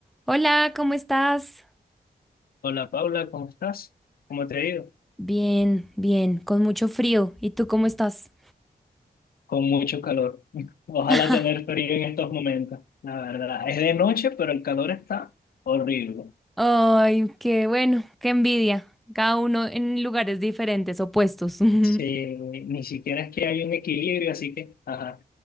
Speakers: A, in the centre; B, on the left.
A: Hola, ¿cómo estás?
B: Hola Paula, ¿cómo estás? ¿Cómo te ha ido?
A: Bien, bien, con mucho frío. ¿Y tú cómo estás?
B: Con mucho calor. <laughs> Ojalá
A: <laughs>
B: tener frío en estos momentos, la verdad. Es de noche, pero el calor está horrible.
A: Ay, qué bueno, qué envidia. Cada uno en lugares diferentes, opuestos. <laughs>
B: Sí, ni siquiera es que hay un equilibrio, así que, ajá.